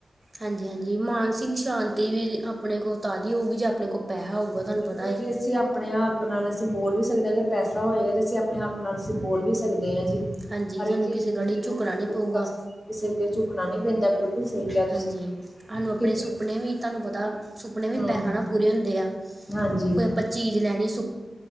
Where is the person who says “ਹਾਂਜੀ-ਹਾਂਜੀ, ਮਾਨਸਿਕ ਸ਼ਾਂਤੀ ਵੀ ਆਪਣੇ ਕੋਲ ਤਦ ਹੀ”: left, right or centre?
Right